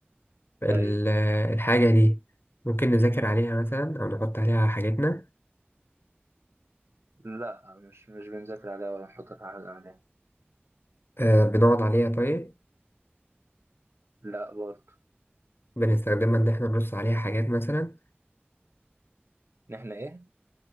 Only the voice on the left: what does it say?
ال-
الحاجة دي ممكن نذاكر عليها مثلا أو نحط عليها حاجتنا
آه بنقعد عليها طيب
بنستخدمها إن إحنا نرص عليها حاجات مثلا